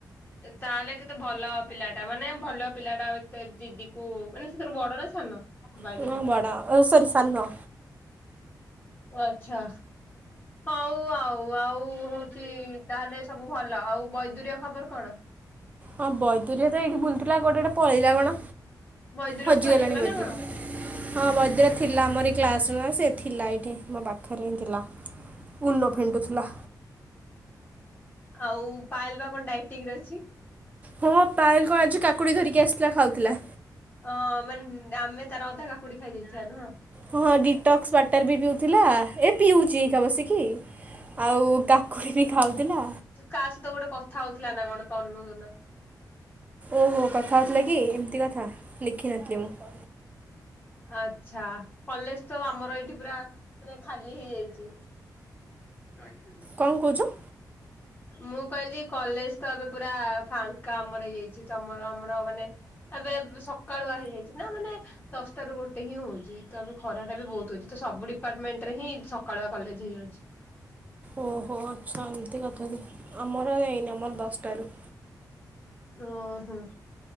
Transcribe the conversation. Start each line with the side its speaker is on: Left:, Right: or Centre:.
Left: ତାହେଲେ କେତେ ଭଲ ପିଲା ଟା ମାନେ ଭଲ ପିଲାଟା ଏତେ ଦିଦି କୁ ମାନେ ସେଏ ବଡ ନାଁ ସାନ। ବାଇଦବେ
Right: ହୁଁ ବଡ ଓ ସରି ସାନ।
Left: ଆଚ୍ଛା। ହଉ ଆଉ ଆଉ ହୋଉଛି ତାହେଲେ ସବୁ ଭଲ ଆଉ ବୈଦ୍ୟୁରୟ ଖବର କଣ?
Right: ହଁ ବୈଦୁର ତ ଏଇଠି ବୁଲୁଥିଲା କୋଉଠି ଗୋଟେ ପଳେଇଲା କଣ
Left: ବୈଦୁର
Right: ହଜିଗଲାଣି
Left: ଉଭାନ ହେଇଗଲା
Right: ବୋଧେ।
Left: ନା କଣ?
Right: ହଁ ବଦ୍ର ଥିଲା ଆମରି କ୍ଲାସ୍ ନୁହେଁ ସେ ଥିଲା ଏଇଠି ମୋ ପାଖରେ ହିଁ ଥିଲା। ଉନ ଫିଣ୍ଟୁଥିଲା।
Left: ଆଉ ପାଏଲ ବା କଣ ଡାଇଟିଙ୍ଗ୍ ରେ ଅଛି।
Right: ହଁ ପାଏଲ କଣ ଆଜି କାକୁଡି ଧରିକି ଆସିଥିଲା ଖାଉଥିଲା।
Left: ଅଁ ମାନେ ଆମେ ତାର ଅଧା କାକୁଡି ଖାଇ ଦେଇେଥିବା ନୁହଁ।
Right: ହଁ ଡିଟକ୍ସ୍ ୱାଟର୍ ବି ପିଉଥିଲା, ଏ ପିଉଛି ଏଇକା ବସିକି। ଆଉ କାକୁଡି ବି ଖାଉଥିଲା।
Left: କା ସହିତ ଗୋଟେ କଥା ହଉଥିଲା ନାଁ କଣ ତନୁ ନା
Right: ଓହୋ କଥା ହୋଉଥିଲା କି ଏମିତି କଥା ଲେଖିନଥିଲି ମୁଁ।
Left: ଆଛା କଲେଜ୍ ତ ଆମର ଏଇଠି ପୁରା ମାନେ ଖାଲି ହେଇଯାଇଛି। ଗାଡି ଚାଲୁଛି।
Right: କଣ କହୁଚୁ?
Left: ମୁଁ କହିଲି କଲେଜ୍ ତ ଏବେ ପୁରା ଫାଙ୍କା ଆମର ହେଇଯାଇଛି, ତମର ଆମର ମାନେ ଏବେ ସକାଳୁଆ ହେଇଯାଇଛି ନାଁ ମାନେ ଦଶଟାରୁ ଗୋଟେ ହିଁ ହୋଉଛି ତ ଏବେ ଖରାଟା ବି ବହୁତ୍ ହୋଉଛି ତ ସବୁ ଡିପାର୍ଟମେଣ୍ଟ୍ ରେ ହିଁ ସକାଳୁଆ କଲେଜ୍ ହେଇଯାଉଛି।
Right: ଓହୋ ଆଚ୍ଛା ଏମିତି କଥାକି ଆମର ଏଇନି ଆମର ଦଶ୍ ଟାରୁ।
Left: ଉଁ ହୁଁ।